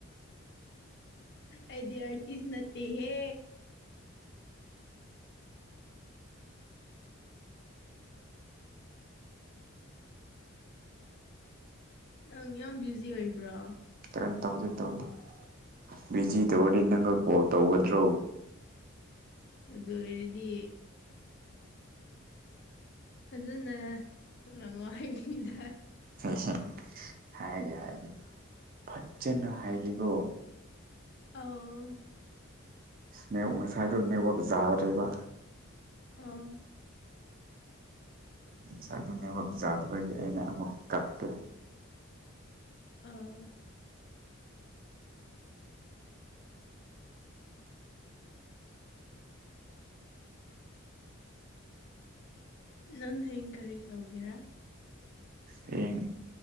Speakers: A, on the left; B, on the right.
A: ꯑꯩꯗꯤ ꯑ꯭ꯔꯇꯤꯁ ꯅꯠꯇꯦꯍꯦ ꯅꯪ ꯌꯥꯝ ꯕ꯭ꯌꯨꯖꯤ ꯑꯣꯏꯕ꯭ꯔꯣ
B: ꯀꯦꯝ ꯇꯧꯗꯦ ꯇꯧꯗꯦ ꯕꯤꯖꯤ ꯇꯧꯔꯗꯤ ꯅꯪꯒ ꯀꯣꯜ ꯇꯧꯒꯗ꯭ꯔꯣ
A: ꯑꯗꯨ ꯑꯣꯏꯔꯗꯤ ꯐꯖꯅ ꯅꯪꯉꯣ ꯍꯥꯏꯕꯅꯤꯗ
B: ꯍꯦ ꯍꯦꯛ ꯍꯥꯏꯒꯦ ꯍꯥꯏꯒꯦ ꯐꯖꯅ ꯍꯥꯏꯒꯦꯀꯣ
A: ꯑꯧ
B: ꯅꯦꯛ ꯉꯁꯥꯏꯗꯨ ꯅꯦꯠꯋꯥꯛ ꯖꯥꯗ꯭ꯔꯦꯕ
A: ꯑꯣ
B: ꯉꯁꯥꯏꯗꯨ ꯅꯦꯠꯋꯥꯛ ꯖꯥꯗꯕꯒꯤ ꯑꯩꯅ ꯑꯃꯨꯛ ꯀꯛꯀꯦ
A: ꯑ ꯅꯪ ꯍꯌꯦꯡ ꯀꯔꯤ ꯇꯧꯒꯦꯔꯥ
B: ꯍꯌꯦꯡ